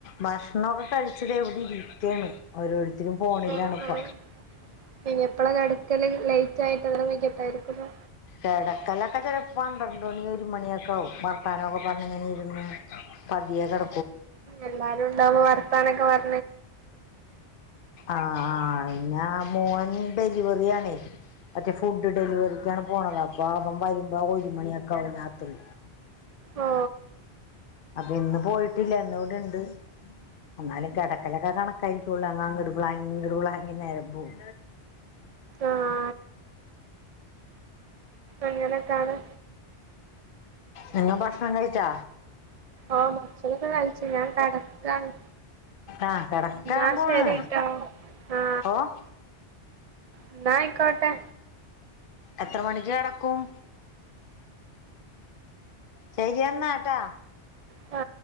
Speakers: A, on the left; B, on the right.
A: ഭക്ഷണക്കെ കഴിച്ചതിവിടെ ഇരിക്കാണ് ഓരോരുത്ത രും ഫോണിലാണിപ്പ
B: ആഹ് ആഹ് ഇനി എപ്പളാ കെടക്കല് ലൈറ്റ് ആയിട്ട് നേരം വൈകി ട്ടായിരിക്കുലേ
A: കെടക്കാലൊക്കെ ചിലപ്പോ പന്ത്രണ്ടണി ഒരു മണിയൊക്കെ ആവും വർ ത്താനോക്കെ പറഞ്ഞിങ്ങനെ ഇരുന്ന് പതിയേ കെട
B: എല്ലാരുണ്ടാവുമ്പോ വർ ത്താനെക്കെ പർ
A: ആ ആ ഇന്നാ മോന് ഡെലിവറി ആണേ മറ്റേ ഫുഡ് ഡെലിവറിക്കാണ് പോണത് അപ്പ അവൻ വരുമ്പോ ഒരു മണിയൊക്കെ ആവും രാത്രി
B: ഓ
A: അപ്പൊ ഇന്ന് പോയിട്ടില്ല ഇന്നിവിടെണ്ട് എന്നാലും കെടക്കലൊക്കെ കണക്കായിരിക്കുള്ളൂ അങ്ങാങ്ങട് പ്ലാങ്ങി ഇങ്ങട് പ്ലാങ്ങി നേരമ്പോവും.
B: ആഹ് അങ്ങനെക്കാണ്.
A: നിങ്ങ ഭക്ഷണം കഴിച്ചാ?
B: ആ ഭക്ഷനൊക്കെ കഴിച്ചു ഞാൻ കടക്കാണ്.
A: ആഹ് കിടക്കാൻ
B: ഇന്നാ
A: പോണ്
B: ശരിട്ടോ ആ
A: ഓഹ്
B: ഇന്നാ ആയ്ക്കോട്ടെ.
A: എത്ര മണിക്ക് കെടക്കും ശരിയെന്നാട്ടാ.
B: ആ